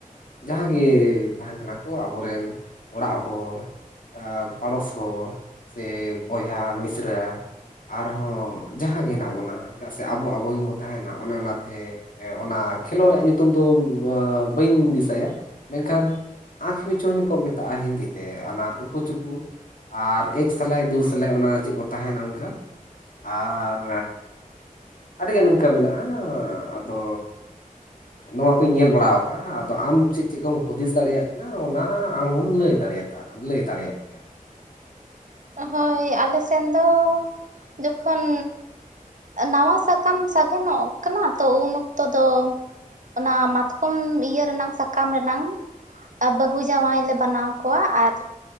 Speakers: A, on the left (about 65°); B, on the right (about 60°).
A: ᱡᱟᱦᱟᱸᱜᱮ ᱛᱟᱦᱮᱸᱱ ᱠᱟᱱᱟ ᱠᱚ ᱟᱵᱚᱨᱮᱱ ᱚᱲᱟᱜ ᱦᱚᱲ᱾ ᱯᱟᱲᱚᱥ ᱦᱚᱲ ᱥᱮ ᱵᱚᱭᱦᱟ ᱢᱤᱥᱨᱟ, ᱟᱨᱦᱚᱸ ᱡᱟᱦᱟᱸᱜᱮ ᱦᱮᱱᱟᱜ ᱵᱚᱱᱟ ᱪᱮᱫᱟᱜ ᱥᱮ ᱟᱵᱚ ᱟᱵᱚ ᱜᱮᱵᱚᱱ ᱛᱟᱦᱮᱸᱱᱟ ᱚᱱᱮ ᱚᱱᱟᱛᱮ ᱮᱸ ᱚᱱᱟ ᱠᱷᱮᱞᱳᱰᱟᱜ ᱧᱩᱛᱩᱢ ᱫᱚ ᱵᱟᱹᱧ ᱫᱤᱥᱟᱭᱟ, ᱢᱮᱱᱠᱷᱟᱱ ᱟᱸᱠᱷ ᱢᱤᱪᱚᱱᱤ ᱠᱚ ᱢᱮᱛᱟᱜᱼᱟ ᱦᱤᱱᱫᱤᱛᱮ ᱚᱱᱟ ᱩᱠᱩᱼᱪᱩᱠᱩ᱾ ᱟᱨ ᱮᱠ ᱥᱮᱞᱟᱭ ᱫᱳ ᱥᱮᱞᱟᱭ ᱚᱱᱟ ᱪᱮᱫ ᱠᱚ ᱛᱟᱦᱮᱸᱱᱟ ᱚᱱᱠᱟ᱾ ᱟᱨ ᱟᱹᱰᱤᱜᱟᱱ ᱱᱤᱝᱠᱟᱹ ᱢᱮᱱᱟᱜᱼᱟ, ᱟᱫᱚ ᱱᱚᱣᱟ ᱠᱩᱧ ᱧᱮᱞ ᱵᱟᱲᱟᱣ ᱠᱟᱫᱟ ᱟᱫᱚ ᱟᱢ ᱪᱮᱫ ᱪᱮᱫ ᱠᱚᱢ ᱦᱩᱫᱤᱥ ᱫᱟᱲᱮᱭᱟᱜ ᱠᱟᱱᱟ? ᱚᱱᱟ ᱟᱢ ᱦᱚᱢ ᱞᱟᱹᱭ ᱫᱟᱲᱮᱭᱟ ᱞᱟᱹᱭ ᱫᱟᱲᱮᱭᱟᱜ ᱠᱮᱭᱟ᱾
B: ᱦᱳᱭ ᱟᱞᱮ ᱥᱮᱱ ᱫᱚ ᱡᱚᱠᱷᱚᱱ ᱱᱟᱣᱟ ᱥᱟᱠᱟᱢ ᱥᱟᱜᱮᱱᱚᱜ ᱠᱟᱱᱟ ᱛᱚ ᱩᱱ ᱚᱠᱛᱚ ᱫᱚ, ᱚᱱᱟ ᱢᱟᱛᱠᱚᱢ ᱤᱭᱟᱹ ᱨᱮᱱᱟᱝ ᱥᱟᱠᱟᱢ ᱨᱮᱱᱟᱝ ᱵᱟᱹᱦᱩ ᱡᱟᱶᱟᱭ ᱞᱮ ᱵᱟᱱᱟᱣ ᱠᱚᱣᱟ ᱟᱨ